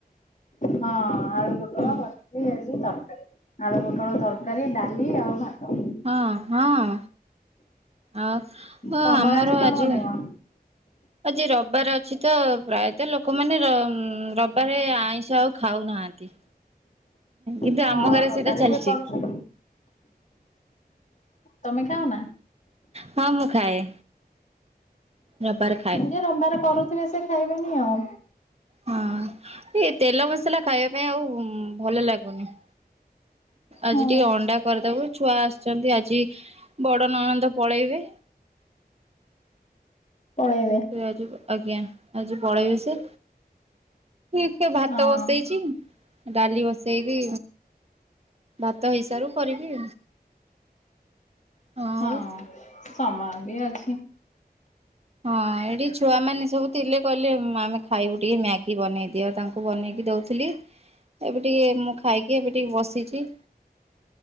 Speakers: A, on the left; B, on the right.
A: ହଁ ଆଳୁ ପୋଟଳ
B: ହୁଁ।
A: କରିବି, ଆଜି ତରକାରୀ ଆଳୁପୋଟଳ ତରକାରୀ ଡାଲି ଆଉ ଭାତ।
B: ହଁ ହଁ ଆଉ
A: ତମର
B: ଆମର
A: କଣ
B: ଆଜି।
A: ବନେଇବ?
B: ଆଜି ରବାର ଅଛି ତ ପ୍ରାୟତଃ ଲୋକମାନେ ରବାରେ ଆଇଁଷ ଆଉ ଖାଉ ନାହାନ୍ତି। କିନ୍ତୁ
A: ହଁ
B: ଆମ ଘରେ
A: ରବିବାରେ
B: ସେଇଟା ଚାଲଛି।
A: ଯିଏ କରୁଛନ୍ତି ତମେ ଖାଉନା?
B: ହଁ ମୁଁ ଖାଏ, ରବାର ଖାଏ।
A: ଯ ରବାର କରୁଥିବେ ସେ ଖାଇବେନି ଆଉ
B: ହଁ ଏଇ ତେଲ ମସଲା ଖାଇବା ପାଇଁ ଆଉ ଭଲ ଲାଗୁନି ଆଜି
A: ହଁ
B: ଟିକେ ଅଣ୍ଡା କରିଦବୁ ଛୁଆ ଆସିଛନ୍ତି ଆଜି ବଡ ନଅଣନ୍ଦ ପଳେଇବେ
A: ପଳେଇଦ
B: ତ ଆଜି ଆଜ୍ଞା ଆଜି ପଳେଇବେ ସେ ସେ ଭାତ
A: ହଁ
B: ବସେଇଛି ଡାଲି ବସେଇବି ଭାତ ହଇସାରୁ କରିବି ଆଉ
A: ହଁ ସମ ଆଗ ଆଜି
B: ହଁ ଏଠି ଛୁଆମାନୋନେ ସବୁ ଥିଲେ କହିଲେ ଆମେ ଖାଇବୁ ଟିକେ ମ୍ୟାଗି ବନେଇଦିଅ ତାଙ୍କୁ ୁ ବନେଇକି ଦଉଥିଲି ଏବେ ଟିକେ ମୁଁ ଖାଇକି ଏବେ ଟିକେ ବସିଛି